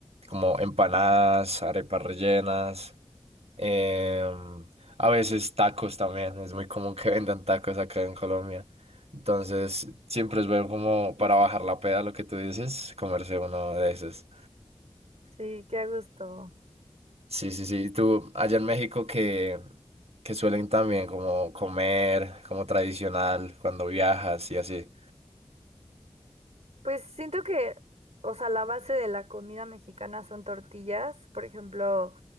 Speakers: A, on the right; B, on the right.
A: como empanadas, arepas rellenas. Em, a veces tacos también, es muy común que <laughs> vendan tacos acá en Colombia. Entonces, siempre es bueno como para bajar la peda, lo que tú dices, comerse uno de esos.
B: Sí, qué a gusto.
A: Sí, sí, sí. Tú, allá en México que, que suelen también como comer, como tradicional, cuando viajas y así.
B: Pues siento que, o sea, la base de la comida mexicana son tortillas. Por ejemplo,